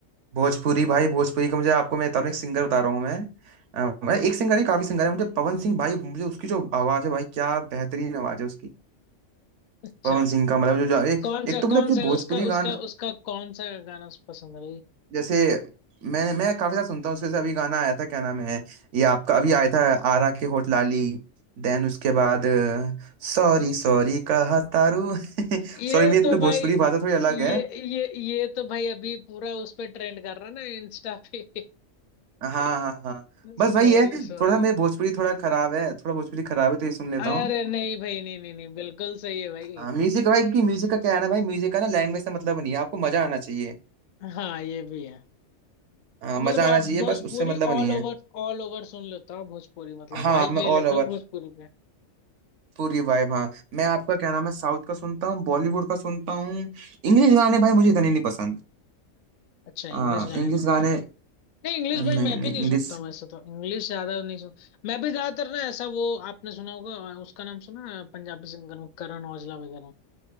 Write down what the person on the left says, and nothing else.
अच्छा
कौन
सा
कौन
सा है
उसका
उसका उसका कौन सा गाना पसंद है भाई
ये
तो
भाई
ये
ये ये तो भाई अभी पूरा उस पे ट्रेंड कर रहा है ना इंस्टा पे
<laughs>
Sorry
sorry
अरे
नहीं भाई नहीं नहीं नहीं बिल्कुल सही है भाई
हाँ ये भी है
मतलब
आप
Bhojpuri
all
over
All over सुन लेते हो आप भोजपुरी मतलब
वाइब
ले लेते
हो भोजपुरी पे
अच्छा इंग्लिश
गाने
नहीं पसंद
नहीं इंग्लिश भाई
मैं
भी नहीं
सुनता हूँ ऐसा तो इंग्लिश ज्यादा नहीं सुन मैं भी ज्यादातर ना ऐसा वो आपने सुना होगा अ, उसका नाम सुना है पंजाबी सिंगर वो करण औजला वगैरह